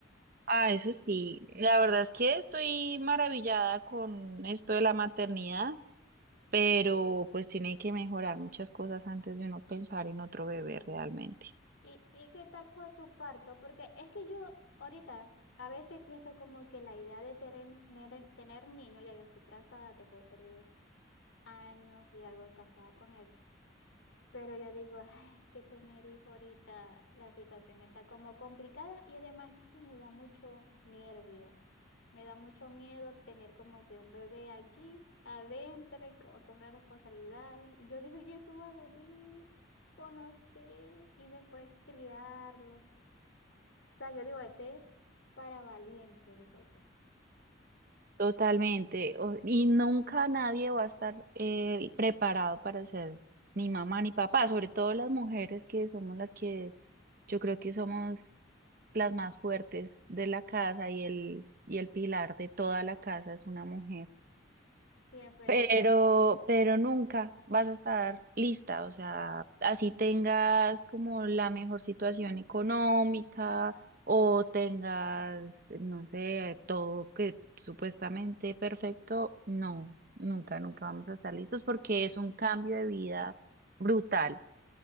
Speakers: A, on the right; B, on the left.
A: Ah, eso sí. La verdad es que estoy maravillada con esto de la maternidad, pero pues tiene que mejorar muchas cosas antes de uno pensar en otro bebé
B: Mm.
A: realmente.
B: ¿Y, y qué tal fue tu parto? Porque es que yo ahorita a veces pienso como que la idea de tener, tener tener niños, ya yo estoy casada, tengo tres años y algo casada con él. Pero yo digo, ay, que tener hijo ahorita, la situación está como complicada y además que me da mucho nervio, me da mucho miedo tener como que un bebé allí adentro y como que una responsabilidad. Y yo digo, y eso va a doler, o no sé, y después criarlo. O sea, yo digo, ese es para valiente, digo yo.
A: Totalmente. o- y nunca nadie va a estar eh, preparado para ser ni mamá ni papá, sobre todo las mujeres que somos las que yo creo que somos las más fuertes de la casa y el, y el pilar de toda la casa es una mujer.
B: Sí, es verdad.
A: Pero, pero nunca vas a estar lista, o sea, así tengas como la mejor situación económica o tengas, no sé, todo que supuestamente perfecto, no, nunca, nunca vamos a estar listos porque
B: Sí,
A: es un cambio de vida brutal